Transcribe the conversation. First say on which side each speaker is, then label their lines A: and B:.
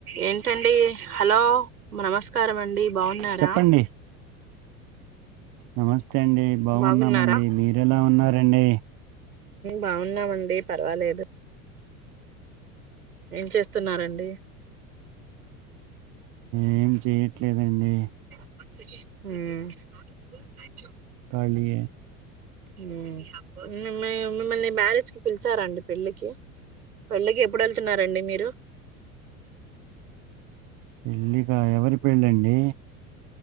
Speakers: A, on the right; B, on the right.
A: ఏంటండి హలో నమస్కార అండి బాగున్నారా
B: చెప్పండి నమస్తే అండి బాగున్నామండి
A: బాగున్నారా
B: మీర ఎలా ఉన్నారు రండి
A: బాగున్నామండి పర్వాలేదు ఏం చేస్తున్నారంండి
B: ఏం చెయట్లేదండి
A: అ
B: కలి
A: మిమ్ మిమ్మల్ని మ్యారేజ్కిి పిలిచారాండి పెళ్లిికి పెళ్ళికి ఎప్పుడు వెళ్తున్నారంండి మీరు
B: పెళ్ళిక ఎవరి పెళ్ళండి